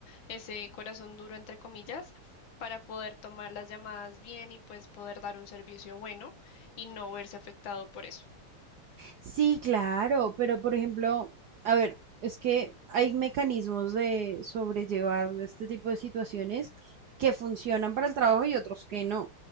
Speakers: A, on the left; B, on the right.
A: ese corazón duro, entre comillas, para poder tomar las llamadas bien y pues poder dar un servicio bueno y no verse afectado por eso.
B: Sí, claro, pero por ejemplo, a ver, es que hay mecanismos de sobrellevar este tipo de situaciones que funcionan para el trabajo y otros que no.